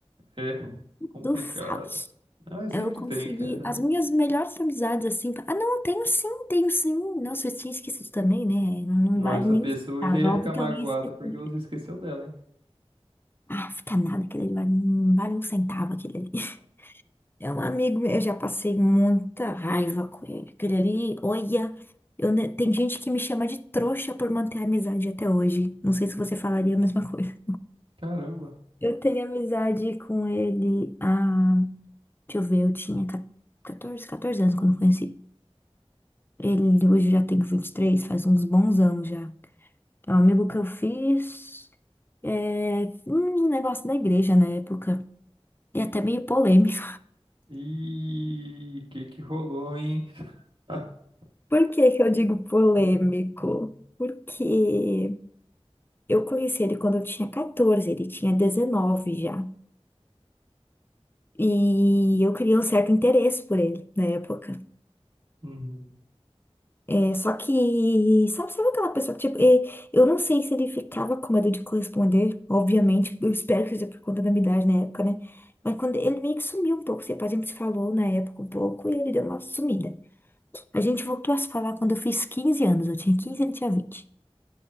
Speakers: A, on the right (about 55°); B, on the left (about 20°).
A: é
B: tudo
A: complicado.
B: falso.
A: Ah, sempre
B: Eu consegui
A: tem, cara.
B: as minhas melhores amizades, assim. Ah, não, tenho sim, tenho sim. Nossa, eu tinha esquecido também, né? Não
A: Ó,
B: vale
A: Essa
B: nem
A: pessoa
B: um centavo.
A: já ia
B: É Óbvio
A: ficar magoada
B: que alguém esqueceu.
A: porque você esqueceu dela, hein?
B: Ah, fica nada, aquele ali vale, não vale um centavo, aquele ali. <laughs> É um amigo meu, eu já passei muita raiva com ele. Aquele ali, olha, eu, ne- tem gente que me chama de trouxa por manter a amizade até hoje. Não sei se você falaria a mesma coisa.
A: Caramba.
B: Eu tenho amizade com ele há, deixa eu ver, eu tinha ca- catorze catorze anos quando eu conheci. Ele hoje já tem 23, faz uns bons anos já. É um amigo que eu fiz, é, um negócio da igreja na época. E até meio polêmico.
A: E que que rolou, hein? <laughs>
B: <laughs> Por que que eu digo polêmico?
A: Hum, hum,
B: Porque eu conheci ele quando eu tinha 14, ele tinha 19 já. E eu criei um certo interesse por ele na época.
A: uhum.
B: É, só que, sabe, sabe aquela pessoa que, tipo, é, eu não sei se ele ficava com medo de corresponder, obviamente, eu espero que seja por conta da minha idade na época, né? Mas quando ele meio que sumiu um pouco, tipo, a gente se falou na época um pouco e ele deu uma sumida. A gente voltou a se falar quando eu fiz 15 anos, eu tinha 15 e ele tinha 20.